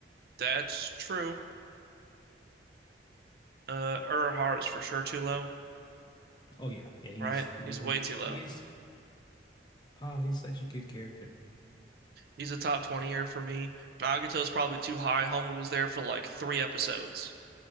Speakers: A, on the right (about 55°); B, on the left (about 25°).
A: that's true. Uh, Urahara's for sure too low,
B: Oh yeah, yeah. He's
A: right?
B: he's
A: He's way
B: a
A: too low.
B: he is oh he's such a good character.
A: He's a top 20-er for me. Nagato's probably too high. Homie was there for like three episodes,